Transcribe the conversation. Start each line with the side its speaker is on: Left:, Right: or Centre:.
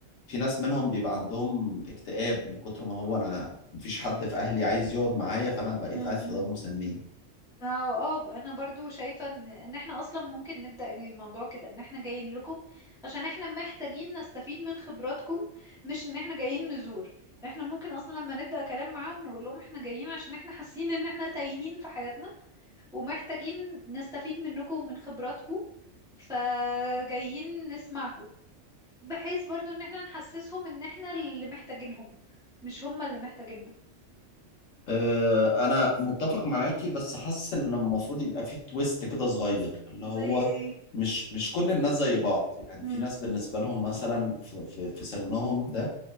Left: في ناس منهم بيبقى عندهم اكتئاب من كتر ما هو انا مفيش حد في اهلي عايز يقعد معايا فانا بقيت
Centre: م-
Left: قاعد في دار
Centre: م.
Left: مسنين
Centre: ما هو اه انا برضو شايفة ان ان احنا اصلا ممكن نبدأ الموضوع كده ان احنا جايين لكم عشان احنا محتاجين نستفيد من خبراتكم مش ان احنا جايين نزور احنا ممكن اصلا لما نبدأ كلام معاهم نقول لهم احنا جايين عشان احنا حاسين ان احنا تايهين في حياتنا ومحتاجين نستفيد منكم ومن خبراتكم فجايين نسمعكم بحيث برضو ان احنا نحسسهم ان احنا اللي محتاجينهم مش هم اللي محتاجيننا
Left: آه، انا متفق معاكي بس حاسس ان المفروض يبقى في تويست كده صغير اللي
Centre: زي
Left: هو
Centre: ايه
Left: مش مش كل الناس زي بعض يعني
Centre: امم
Left: في ناس بالنسبه لهم مثلا في في في سنهم ده